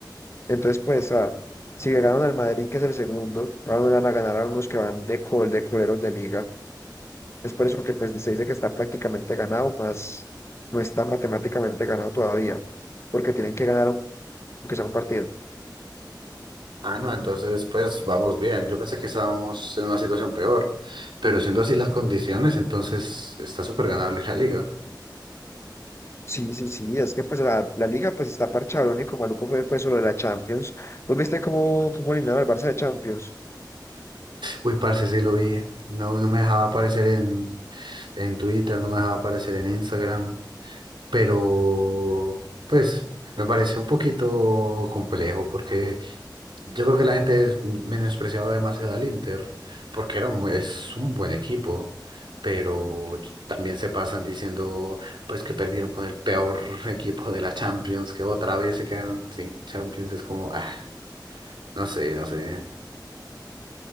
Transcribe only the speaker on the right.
Ah, no, entonces pues vamos bien. Yo pensé que estábamos en una situación peor, pero siendo así las condiciones, entonces está súper ganable la liga.
Uy, parce, sí lo vi. No, no me dejaba aparecer en, en Twitter, no me dejaba aparecer en Instagram, pero pues me pareció un poquito complejo porque yo creo que la gente es- menospreciaba demasiado al Inter, porque era un, bu- es un buen equipo, pero también se pasan diciendo pues que perdieron con el peor <laughs> equipo de la Champions, que otra vez se quedaron sin Champions, es como, ah, no sé, no sé.